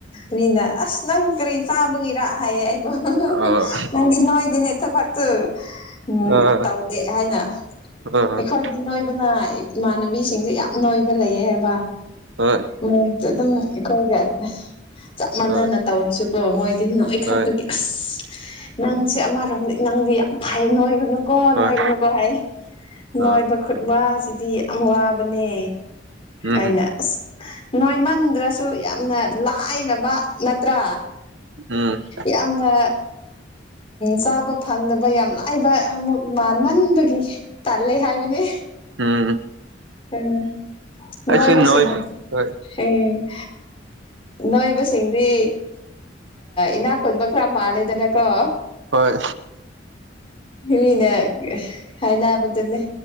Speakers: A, on the left; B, on the right.
A: ꯃꯤꯅ ꯑꯁ ꯅꯪ ꯀꯔꯤ ꯆꯥꯕꯒꯤꯔꯥ ꯍꯥꯏꯌꯦ ꯑꯩꯕꯨ
B: ꯑ
A: ꯅꯪꯗꯤ ꯅꯣꯏꯗꯤꯅꯦ ꯊꯕꯛꯇꯨ ꯎꯝ
B: ꯑ ꯑ
A: ꯇꯧꯗꯦ ꯍꯥꯏꯅ
B: ꯍꯣꯏ
A: ꯑꯩꯈꯣꯏ ꯍꯥꯏꯗꯤ ꯅꯣꯏꯕꯅ ꯏꯃꯥꯟꯅꯕꯤꯁꯤꯡꯁꯦ ꯌꯥꯝ ꯅꯣꯏꯕ ꯂꯩꯌꯦ ꯍꯥꯏꯕ
B: ꯍꯣꯏ
A: ꯃꯣꯏꯗꯤ ꯑꯗꯨꯝ ꯑꯩꯈꯣꯏꯒ ꯆꯞ ꯃꯥꯟꯅꯅ
B: ꯍꯣꯏ
A: ꯇꯧꯔꯁꯨ ꯑꯣ ꯃꯣꯏꯗꯤ ꯅꯣꯏ ꯈꯠꯄꯒꯤ
B: ꯍꯣꯏ
A: ꯑꯁ ꯅꯪꯁꯦ ꯑꯃꯔꯣꯝꯗ ꯅꯪꯗꯤ ꯌꯥꯝ ꯐꯩ ꯅꯣꯏꯒꯅꯨ ꯀꯣ
B: ꯍꯣꯏ
A: ꯅꯣꯏꯒꯅꯨꯀꯣ ꯍꯥꯏ
B: ꯍꯣꯏ
A: ꯅꯣꯏꯕ ꯈꯨꯠꯕꯥꯁꯤꯗꯤ ꯌꯥꯝ ꯋꯥꯕꯅꯦ
B: ꯎꯝ
A: ꯑꯩꯅ ꯑꯁ ꯅꯣꯏꯃꯟꯗ꯭ꯔꯁꯨ ꯌꯥꯝꯅ ꯂꯥꯏꯔꯕ ꯅꯠꯇ꯭ꯔꯥ
B: ꯎꯝ
A: ꯌꯥꯝꯅ ꯆꯥꯕ ꯐꯪꯗꯕ ꯌꯥꯝ ꯂꯥꯏꯕ ꯑꯃꯨꯛ ꯃꯥꯟꯃꯟꯟꯕꯒꯤ ꯇꯜꯂꯦ ꯍꯥꯏꯕꯅꯦ
B: ꯎꯝ
A: ꯎꯝ ꯅꯣꯏꯕꯁꯤꯡꯒꯤꯗꯤ
B: ꯑꯩꯁꯨ ꯅꯣꯏ ꯍꯣꯏ
A: ꯎꯝ ꯅꯣꯏꯕꯁꯤꯡꯗꯤ ꯏꯅꯥꯛꯀꯨꯟꯕ ꯈꯔ ꯃꯥꯜꯂꯦꯗꯅꯀꯣ
B: ꯍꯣꯏ
A: ꯃꯤꯅ ꯍꯥꯏꯅꯕꯗꯨꯅꯦ